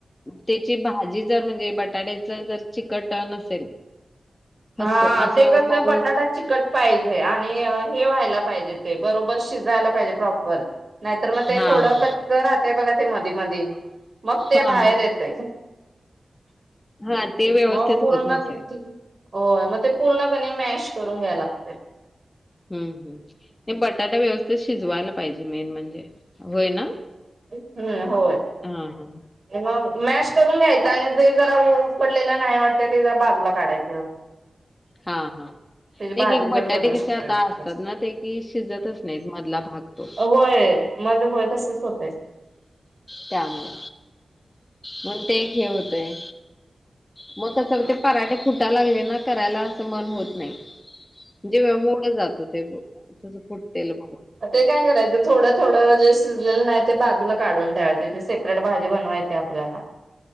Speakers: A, on the left (about 20°); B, on the right (about 50°).
A: त्याची भाजी जर म्हणजे बटाट्याच जर चिकट नसेल फसफ
B: हा
A: असं
B: ते कसं
A: मऊ
B: बटाटा. चिकट पाहिजे आणि हे व्हायला पाहिजे ते बरोबर शिजायला पाहिजे प्रॉपर. नाहीतर मग ते
A: हा
B: थोडं
A: हा
B: कच्चं राहतयं बघा ते मधी- मधी मग ते
A: हा
B: बाहेर येतय.
A: हा ते व्यवस्थित
B: मग पूर्ण,
A: होत नसेल
B: होय मग ते पूर्णपणे मॅश करून घ्याय लागतंय.
A: हुं.. हुं.. नाही बटाटा व्यवस्थित शिजवायला पाहिजे मेन म्हणजे होय ना.
B: हं.. होय.
A: हां.. हा..
B: मग मॅश करून घ्यायचा आणि जे जरा उ उकडलेला नाही वाटतंय ते जर बाजूला काढायचं.
A: हा.. हा..
B: त्याची भाजी
A: एक-एक बटाटे
B: पण बनवू शकतोय
A: कसे आता
B: आपण
A: असतात ना, ते की शिजतच नाहीत मधला भाग तो.
B: होय मध्ये होय तसच होतंय.
A: त्यामुळे मग ते हे होतंय. मग कसं ते पराठे फुटा लागले ना करायला असं मन होत नाही. जेव्हा मूडच जातो ते तसं फुटतेलं बघून.
B: ते काय करायचं, थोडं -थोडं जे शिजलेलं नाही ते बाजूला काढून ठेवायाचं, त्याची सेपरेट भाजी बनवायची. त्या आपल्याला.